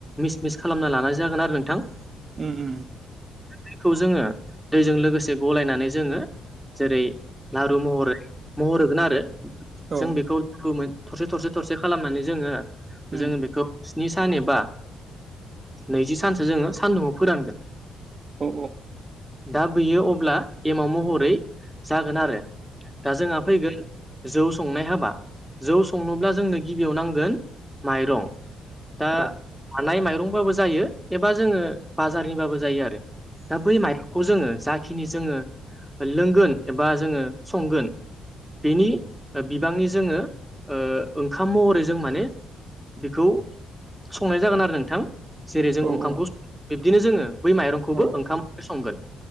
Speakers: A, in the centre; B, on the right (about 35°).
A: मिस मिस खालामना लानाय जागोन आरो नोंथां
B: उम उम
A: दैखौ जोङो दैजों लोगोसे गलायनानै जोङो जेरै लारु महर महर होगोन आरो
B: औ
A: जों बेखौ थरसे थरसे थरसे खालामनानै जोङो
B: उम
A: जोङो बेखौ स्नि सान एबा नैजि सानसो जोङो सानदुंआव फोरानगोन
B: अ
A: दा बैयो अब्ला एमाव महरै जागोन आरो दा जोंहा फैगोन जौ संनाय हाबा जौ संनोब्ला जोंनो गिबियाव नांगोन माइरं दा
B: औ
A: हानाय माइरंबाबो जायो एबा जोङो बाजारनिबाबो जायो आरो दा बै माइरंखौ जोङो जाखिनि जोङो लोंगोन एबा जोङो संगोन बेनि बिबांनि जोङो ओंखाम महरै जों माने बेखौ संनाय जागोन आरो नोंथां। जेरै जों
B: औ उम औ उम औ उम औ उम औ उम औ
A: ओंखामखौ
B: औ जागोन औ
A: बिब्दिनो जोङो बै माइरंखौबो
B: औ
A: ओंखाम संगोन।